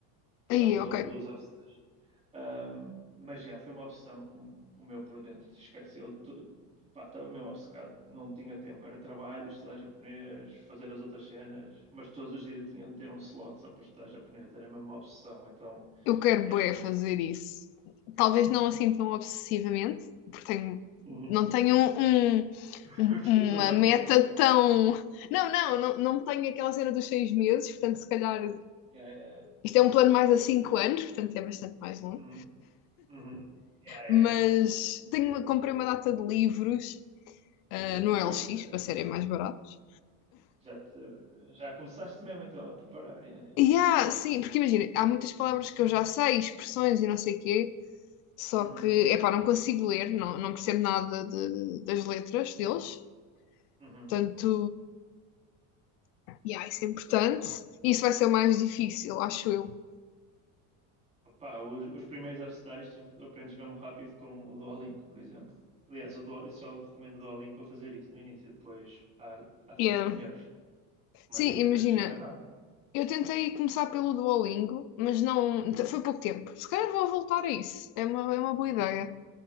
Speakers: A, on the right; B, on the left.
A: que
B: Aí,
A: são os,
B: ok,
A: outros- os obs- um, Mas já, foi uma obsessão que me comeu por dentro, te esqueci. Eu to- pá, estava mesmo obcecado, não tinha tempo. Era trabalho, estudar japonês, fazer as outras cenas, mas todos os dias eu tinha de ter um slot só para estudar japonês, era mesmo uma obsessão. Então,
B: Eu quero
A: este.
B: bué fazer isso. Talvez não assim tão obsessivamente, porque tenho,
A: Uhum.
B: não tenho um, um-
A: <laughs>
B: um-
A: Tens uma
B: uma meta
A: vida.
B: tão. Não, não, não, não tenho aquela cena dos seis meses, portanto, se calhar.
A: Yeah, yeah.
B: Isto é um plano mais a cinco anos, portanto, é bastante mais longo.
A: Uhum. Uhum.
B: Mas
A: É.
B: tenho, uma- comprei uma data de livros, ah, no
A: Ui,
B: LX,
A: ok.
B: para serem mais baratos.
A: Já, te, já começaste mesmo então a preparar. Yeah, yeah.
B: E há, sim, porque imagina, há muitas palavras que eu já sei, expressões e não sei o quê, Só
A: Uhum,
B: que, epá, não consigo ler, não, não percebo nada de- das letras deles,
A: uhum,
B: portanto, yeah, isso é importante.
A: yeah.
B: Isso vai ser o mais difícil, acho eu.
A: Opá, os, os primeiros abecedários tu aprendes mesmo rápido com o Duolingo, por exemplo. Aliás, o Duo, eu só recomendo o Duolingo para fazer isso no início, depois há, há cenas
B: Yeah.
A: melhores. Mas
B: Sim,
A: isso
B: imagina,
A: aprendes super rápido.
B: eu tentei começar pelo Duolingo, mas não, foi pouco tempo. Se calhar vou voltar a isso, é uma, é uma boa
A: Uhum,
B: ideia.